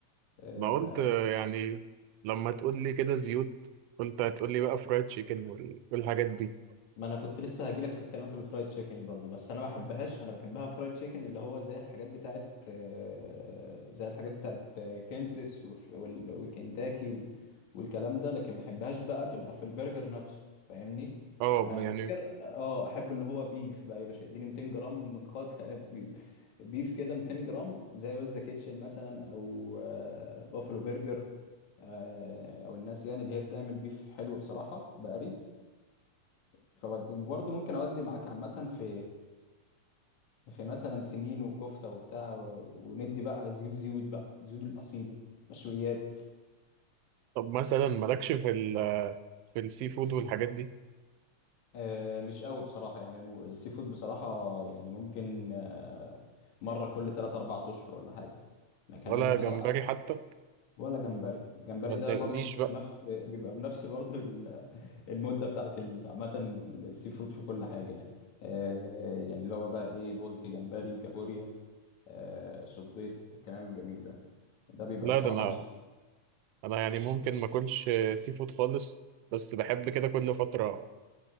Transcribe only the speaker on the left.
آه،
ما انا كنت لسه هجيلك في الكلام في الفرايد تشيكن برضو بس انا ما بحبهاش انا بحبها فرايد تشيكن اللي هو زي الحاجات بتاعت آه، زي الحاجات بتاعت آه، كنسس وف- وال- وكنتاكي و- والكلام ده لكن ما بحبهاش بقى تبقى في البرجر نفسه فاهمني
انا
البرجر اه احب اللي هو بيف بقى يا باشا اديني 200 جرام من قطع <laughs> بي- بيف كده 200 جرام زي ويلز كيتشن مثلا او آه، بافلو برجر آه، او الناس يعني اللي هي بتعمل بيف حلو بصراحة بقري فودي وبرضه ممكن اودي معاك عامة في في مثلا سمين وكفتة وبتاع وندي بقى زيوت زيوت بقى زيوت الأصيلة مشويات
آه، مش قوي بصراحة يعني الم- السي فود بصراحة يعني ممكن آه، مرة كل 3 4 اشهر ولا حاجة لكن
انا بصراحة
ولا جمبري الجمبري
ده برضه بيبقى
بنفس بيبقى بنفس برضه ال- المدة بتاعت ال- عامة السي فود في كل حاجة يعني آه، يعني اللي هو بقى ايه بولتي جمبري كابوريا آه، صبيت الكلام الجميل ده ده بيبقى
بصراحه
مش